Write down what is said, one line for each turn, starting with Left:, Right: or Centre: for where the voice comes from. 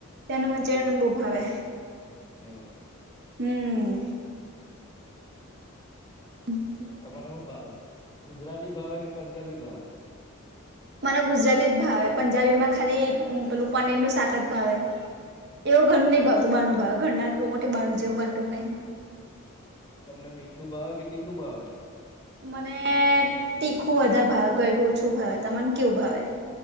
Right: તેનું મનચુરીયન મને બો ભાવે
Left: એવુ
Right: હમ. હમમ.
Left: તમને હુ ભાવે ગુજરાતી ભાવે કે પંજાબી ભાવે?
Right: મને ગુજરાતી જ ભાવે પંજાબીમાં ખાલી પેલું પનીર નું શાક જ ભાવે એવ ઘર
Left: અચ્છા
Right: ની ભાવતુ બાર ભાવ ઘરના લોકોતી બાર જેવું બનતું નહીં
Left: તમને મીઠું ભાવે કે તીખું ભાવે?
Right: મને તીખું વધારે ભાવે ગયરું ઓછું ભાવે તમને કેવું ભાવે?